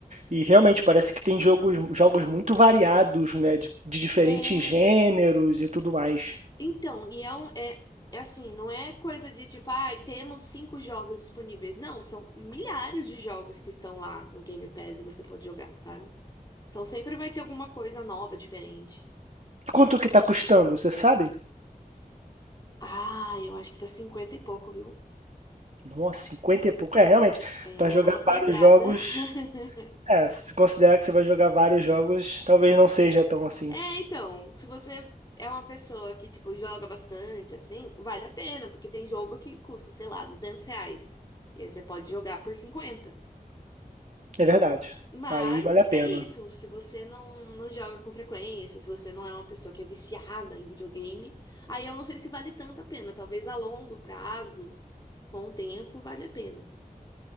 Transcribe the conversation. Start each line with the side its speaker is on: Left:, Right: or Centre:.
Right: E realmente parece que tem jogos, jogos muito variados, né? De, de diferentes
Left: É,
Right: gêneros e tudo mais.
Left: então, e é um, é, é assim, não é coisa de tipo, ai, temos cinco jogos disponíveis. Não, são milhares de jogos que estão lá no Game Pass e você pode jogar, sabe? Então sempre vai ter alguma coisa nova, diferente.
Right: Quanto que tá custando, você sabe?
Left: Ah, eu acho que tá 50 e pouco, viu?
Right: Nossa, cinquenta e pouco. É, realmente,
Left: É
Right: para jogar
Left: uma pedrada.
Right: vários jogos,
Left: <laughs>
Right: é, se considerar que você vai jogar vários jogos, talvez não seja tão assim.
Left: É, então, se você é uma pessoa que, tipo, joga bastante, assim, vale a pena, porque tem jogo que custa, sei lá, 200 reais. E aí você pode jogar por 50.
Right: É verdade.
Left: Mas
Right: Aí vale a
Left: é
Right: pena.
Left: isso, se você não, não joga com frequência, se você não é uma pessoa que é viciada em videogame, aí eu não sei se vale tanto a pena. Talvez a longo prazo, com o tempo, vale a pena.